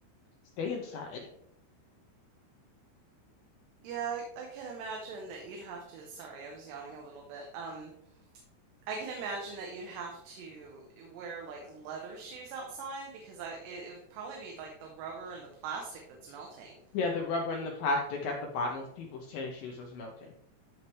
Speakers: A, on the left; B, on the right.
A: Stay inside."
B: Yeah, I can imagine that you'd have to, sorry, I was yawning a little bit. um, I can imagine that you'd have to wear like leather shoes outside because I it, it would probably be like the rubber and the plastic that's melting.
A: Yeah, the rubber and the plastic at the bottom of people's tennis shoes was melting.